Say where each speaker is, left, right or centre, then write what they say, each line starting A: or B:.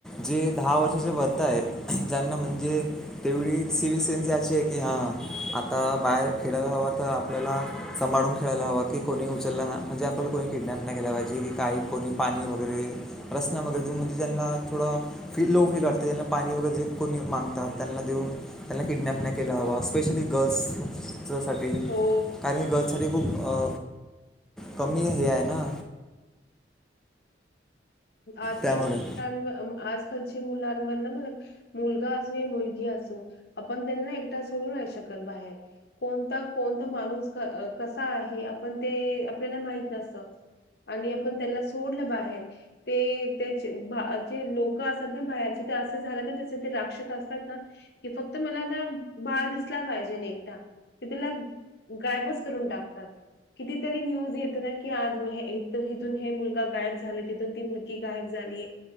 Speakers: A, in the centre; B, on the left.
A: जे दहा वर्षाचे वरत आहे ज्यांना म्हणजे तेवढी सिवी सेन्सी अशी आहे की हां आता बाहेर खेडायला हवा तर आपल्याला सांभाळून खेळायला हवां की कोणी उचलला ना म्हणजे आपल्याला कोणी किडनॅप नाही केला पाहिजे की काही कोणी पाणी वगैरे रसना वगैरे देऊन म्हणजे ज्यांना थोडं फील लो फील वाटते त्यांना पाणी वगैरे जे कोणी मांगतात त्यांना देऊन त्यांना किडनॅप नाही केला हवा स्पेशली गर्ल्स साठी
B: हो.
A: कारण की गर्ल्स साठी खूप अ कमी हे आहे ना.
B: आजकाल
A: त्यामुळे
B: ची मुलांना अ आज आताच्या मुलांवर ना मला मुलगा असू या मुलगी असू आपण त्यांना ना एकटा सोडू नाही शकत बाहेर कोणता कोणता माणूस कसा आहे आपण ते आपल्याला माहित नसत आणि आपण त्यांना सोडलं बाहेर. ते त्या जे बाहे चे लोक असत ना बाहेरचे ते असे झालेत ना त्याचे ते राक्षस असतात ना कि फक्त मला ना बाळ दिसला पाहिजे न एकटा ते त्याला गायबच करून टाकतात कितीतरी न्यूज येत ना की आज मूल इथून हे मुलगा गायब झाला तिथ इथून ती मुलगी गायब झालीय